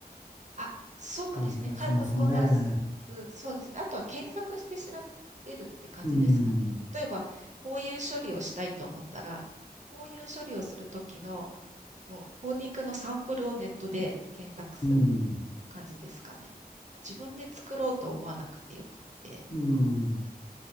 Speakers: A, on the right; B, on the left.
A: あ、そうですね。
B: 感じがしますね。
A: 数こなす。そうですね。あとは検索して調べるって感じですかね。
B: うん。
A: 例えば、こういう処理をしたいと思ったら、こういう処理をするときの、もうコーディングのサンプルをネットで検索する
B: うん。
A: 感じですかね。自分で作ろうと思わなくてよくて。
B: うん。